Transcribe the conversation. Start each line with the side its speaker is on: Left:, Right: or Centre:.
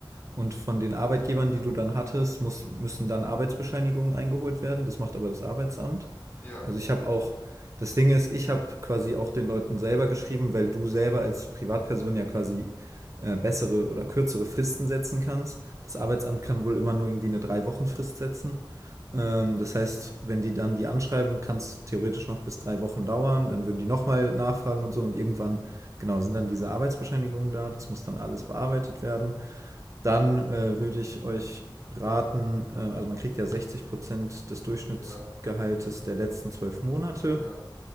Right: Und von den Arbeitgebern, die du dann hattest, muss, müssen dann Arbeitsbescheinigungen eingeholt werden. Das macht aber das Arbeitsamt.
Left: ja,
Right: Also ich habe auch, das Ding ist, ich habe quasi auch den Leuten selber geschrieben, weil du selber als Privatperson ja quasi äh, bessere oder kürzere Fristen setzen kannst. Das Arbeitsamt kann wohl immer nur irgendwie eine Drei-Wochen-Frist setzen. Ähm, das heißt, wenn die dann die anschreiben, kann es theoretisch noch bis drei Wochen dauern. Dann würden die nochmal nachfragen und so. Und irgendwann, genau, sind dann diese Arbeitsbescheinigungen da. Das muss dann alles bearbeitet werden dann äh, würde ich euch raten, äh, also man kriegt ja 60% des Durchschnittsgehaltes
Left: ja,
Right: der letzten zwölf Monate.
Left: ja,